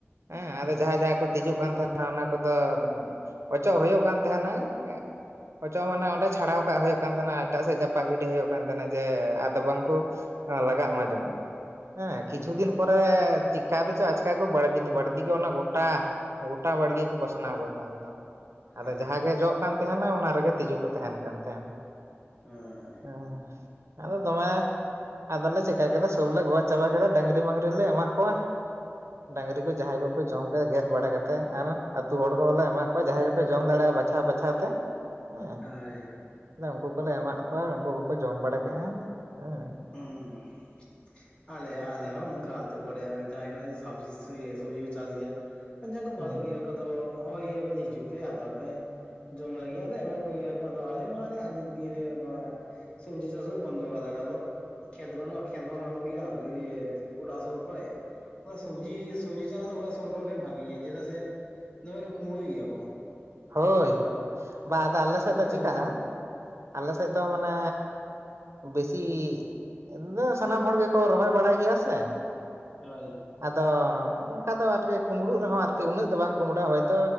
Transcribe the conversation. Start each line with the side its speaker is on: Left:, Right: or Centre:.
Right: ᱦᱮᱸ ᱟᱫᱚ
Left: ᱦᱩᱸ
Right: ᱡᱟᱦᱟᱸ ᱡᱟᱦᱟᱸᱭ ᱠᱚ ᱛᱤᱡᱩᱜ ᱠᱟᱱ ᱛᱟᱦᱮᱸ ᱚᱱᱟ ᱚᱱᱟ ᱠᱚᱫᱚ ᱚᱪᱚᱜ ᱦᱳᱭᱳᱜ ᱠᱟᱱ ᱛᱟᱦᱮᱸᱱᱟ ᱾ ᱚᱪᱚᱜ ᱢᱟᱱᱮ ᱚᱸᱰᱮ ᱪᱷᱟᱰᱟᱣ ᱠᱟᱜ ᱦᱩᱭᱩᱜ ᱠᱟᱱ ᱛᱟᱦᱮᱱᱟ ᱮᱴᱟᱜ ᱥᱮᱫ ᱪᱟᱯᱟᱜ ᱜᱤᱰᱤ ᱦᱩᱭᱩᱜ ᱠᱟᱱ ᱛᱟᱦᱮᱱᱟ ᱡᱮ ᱟᱫᱚ ᱵᱟᱝᱠᱩ ᱱᱚᱣᱟ ᱞᱟᱜᱟᱜ ᱢᱟ ᱡᱮᱢᱚᱱ, ᱦᱮᱸ ᱠᱤᱪᱷᱩ
Left: ᱦᱳᱭ
Right: ᱫᱤᱱ ᱯᱚᱨ ᱨᱮᱻ ᱪᱤᱠᱟᱹ ᱛᱮ ᱪᱚ ᱟᱪᱠᱟ ᱠᱚ ᱵᱟᱲᱜᱤᱛ ᱵᱟᱲᱛᱤ ᱜᱚᱫ ᱱᱟ ᱜᱚᱴᱟ ᱜᱚᱴᱟ ᱵᱟᱲᱜᱮ ᱠᱚ ᱯᱟᱥᱱᱟᱣ ᱜᱚᱫ ᱮᱱᱟ ᱮᱠᱫᱚᱢ ᱾ ᱟᱫᱚ
Left: ᱦᱳᱭ
Right: ᱡᱟᱦᱟᱸᱜᱮ ᱡᱚᱜ ᱠᱟᱱ ᱛᱟᱦᱮᱸᱱᱟ ᱚᱱᱟ ᱨᱮᱜᱮ ᱛᱤᱡᱩ ᱠᱚ ᱛᱟᱦᱸᱮᱱ ᱠᱟᱱ ᱛᱟᱦᱮᱸᱱ
Left: ᱦᱳᱭ
Right: ᱾ ᱮᱸ ᱟᱫᱚ ᱫᱚᱢᱮ ᱟᱫᱚᱞᱮ ᱪᱮᱠᱟ ᱠᱮᱫᱟ ᱥᱚᱵ ᱞᱮ ᱜᱚᱡ ᱪᱟᱵᱟ ᱠᱮᱫᱟ ᱰᱟᱹᱝᱨᱤ ᱢᱟᱹᱝᱨᱤ ᱞᱮ ᱮᱢᱟᱜ ᱠᱚᱣᱟ ᱾ ᱰᱟᱝᱨᱤ ᱠᱚ ᱡᱟᱦᱟᱸᱭ ᱠᱚᱠᱚ ᱡᱚᱢ ᱨᱮ ᱜᱮᱫ ᱵᱟᱲᱟ ᱠᱟᱛᱮᱫ ᱟᱨ ᱟᱹᱛᱩ ᱦᱚᱲ ᱠᱚᱦᱚᱸᱞᱮ ᱮᱢᱟᱜ ᱠᱚᱣᱟ ᱡᱟᱦᱟᱸᱭ ᱜᱮᱯᱮ ᱡᱚᱢ ᱫᱟᱲᱮᱭᱟᱜᱼᱟ ᱵᱟᱪᱷᱟᱣ ᱵᱟᱪᱷᱟᱣ ᱛᱮ ᱾ ᱦᱮᱸ,
Left: ᱦᱳᱭ
Right: ᱮᱫᱟ ᱩᱝᱠᱩ ᱠᱚᱞᱮ ᱮᱢᱟᱫ ᱠᱚᱣᱟ ᱟᱨ ᱩᱝᱠᱩ ᱠᱚᱠᱚ ᱡᱚᱢ ᱵᱟᱲᱟ ᱠᱮᱫᱟ, ᱦᱮᱸ ᱾
Left: ᱩᱸ ᱾ ᱟᱞᱮ ᱟᱞᱮ ᱦᱚᱸ ᱚᱱᱠᱟ ᱟᱹᱛᱩ ᱠᱚᱲᱮᱜ ᱡᱟᱦᱟᱸᱭ ᱠᱚ ᱥᱟᱵᱡᱤ ᱥᱚᱭ ᱤᱭᱟᱹ ᱥᱚᱵᱽᱡᱤ ᱠᱚ ᱪᱟᱥ ᱜᱮᱭᱟ ᱾ ᱡᱟᱦᱟᱸᱭ ᱠᱚ ᱵᱟᱫᱚᱜ
Right: ᱦᱮᱸ
Left: ᱜᱮᱭᱟ ᱠᱚ ᱟᱫᱚ ᱦᱚᱜ ᱤᱭᱟᱹ ᱠᱚᱡ ᱦᱤᱡᱩᱜ ᱯᱮ ᱦᱟᱛᱟᱣ ᱯᱮ ᱾ ᱡᱚᱢ ᱞᱟᱹᱜᱤᱜ ᱟᱫᱚ ᱮᱢᱚᱜ ᱠᱚᱜᱮᱭᱟ ᱠᱚ ᱟᱫᱚ ᱟᱞᱮ ᱢᱟ ᱟᱫᱚ ᱟᱹᱰᱤ ᱫᱤᱱ ᱨᱮ ᱚᱱᱠᱟ ᱥᱚᱵᱡᱤ ᱪᱟᱥ ᱦᱚᱸ ᱵᱚᱱᱫᱚ ᱠᱟᱫᱟ ᱟᱞᱮ ᱟᱫᱚ ᱠᱷᱮᱛ ᱵᱟᱱᱩᱜᱼᱟ, ᱠᱷᱮᱛ ᱵᱟᱝ ᱱᱟᱢᱚᱜ ᱜᱮᱭᱟ ᱞᱤᱭᱟᱹ ᱪᱮᱜ ᱠᱚ ᱚᱲᱟᱜ ᱥᱩᱨ ᱠᱚᱨᱮᱜ ᱚᱱᱟ ᱥᱚᱵᱽᱡᱤ ᱥᱚᱵᱽᱡᱤ ᱪᱟᱥ ᱫᱚ ᱚᱲᱟᱜ ᱥᱩᱨ ᱠᱚᱨᱮ ᱜᱮ ᱵᱷᱟᱜᱤᱭᱟ, ᱪᱮᱫᱟᱜ ᱥᱮ ᱫᱚᱢᱮᱜᱮ ᱠᱩᱢᱲᱩᱭ ᱜᱮᱭᱟ ᱠᱚ ᱾
Right: ᱦᱳᱭ, ᱵᱟ ᱟᱫᱚ ᱟᱞᱮ
Left: ᱥᱚᱵᱡᱤ
Right: ᱥᱮᱫ ᱫᱚ
Left: ᱪᱟᱥ
Right: ᱪᱤᱠᱟᱜᱼᱟ! ᱟᱞᱮ ᱥᱮᱫ ᱫᱚ ᱢᱟᱱᱮᱻ ᱵᱮᱥᱤ ᱮᱻᱫᱚ ᱥᱟᱱᱟᱢ ᱦᱚᱲ ᱜᱮᱠᱚ ᱨᱚᱦᱚᱭ ᱵᱟᱲᱟᱭ ᱜᱮᱭᱟ ᱥᱮ ᱾
Left: ᱦᱳᱭ ᱾
Right: ᱟᱫᱚ ᱚᱱᱠᱟ ᱫᱚ ᱟᱨᱠᱤ ᱠᱩᱢᱲᱩᱜ ᱨᱮᱦᱚᱸ ᱟᱨᱠᱤ ᱩᱱᱟᱹᱜ ᱫᱚ ᱵᱟᱝ ᱠᱩᱢᱲᱩᱜᱼᱟ, ᱦᱚᱭᱛᱚ